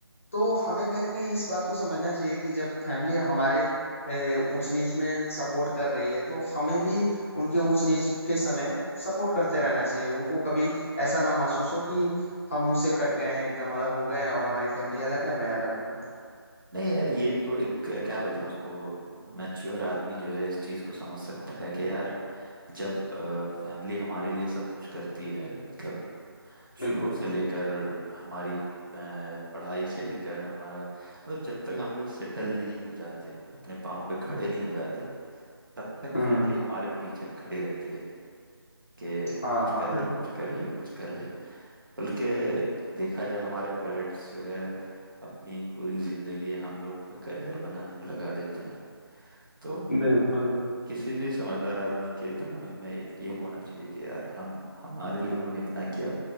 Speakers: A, on the left; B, on the right.
A: तो हमें कहीं ना कहीं इस बात को समझना चाहिए कि जब फैमिली हमारे अ, ऊंच नीच में सपोर्ट कर रही है तो हमें भी उनके ऊंच नीच के समय सपोर्ट करते रहना चाहिए उनको कभी ऐसा ना महसूस हो कि हम उनसे कट गए हैं एकदम अलग हो गए हैं और हमारी फैमिली अलग है मैं अलग हूँ एकदम
B: नहीं यार ये तो एक अ, क्या बोलते हैं उसको मैच्योर आदमी जो है इस चीज को समझ सकता है कि यार जब फैमिली हमारे लिए सब कुछ करती है मतलब
A: बिल्कुल
B: शुरू से लेकर हमारी अ, पढ़ाई से लेकर हमारा मतलब जब तक हम लोग सेटल नहीं हो जाते अपने पाँव पे खड़े नहीं हो जाते तब तक
A: हम्म
B: फैमिली हमारे पीछे खड़ी रहती है कि
A: हाँ
B: कुछ
A: हाँ
B: कर
A: बिल्कुल
B: ले कुछ कर ले कुछ कर ले बल्कि देखा जाए हमारे पेरेंट्स जो है अपनी पूरी जिंदगी हम लोगों का करियर बनाने में लगा देते हैं तो
A: बिल्कुल
B: किसी भी समझदार आदमी के दिमाग में ये होना चाहिए कि यार हम हमारे लिए उन्होंने इतना किया